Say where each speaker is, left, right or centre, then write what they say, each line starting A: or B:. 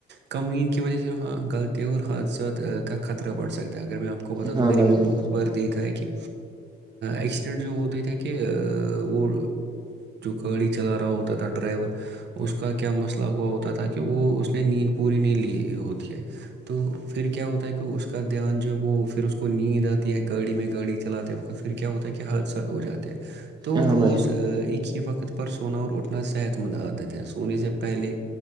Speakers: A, on the right; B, on the right.
A: کم نیند کی وجہ سے ہاں غلط ت اور حادثات کا خطرہ بڑھ سکتا ہے اگر میں آپ کو بتاؤں
B: ہاں
A: تو میں
B: بھائی
A: نے بھی
B: جان
A: بہت بار دیکھا ہے کہ ایکسیڈنٹ جو ہوتے تھے کہ وہ گاڑی چلا رہا ہوتا تھا ڈرائیور اس کا کیا مسئلہ ہوا ہوتا تھا کہ وہ اس نے نیند پوری نہیں لی ہوتی ہے تو پھر کیا ہوتا ہے کہ اس کا دھیان جو ہے وہ پھر اس کو نیند آتی ہے گاڑی میں گاڑی چلاتے وقت پھر پھر کیا ہوتا ہے کہ حادثات ہو جاتے ہیں تو
B: ہاں
A: روز
B: بھائی جان
A: ایک ہی وقت پر سونا اور اٹھنا صحت مند عادت ہے سونے سے پہلے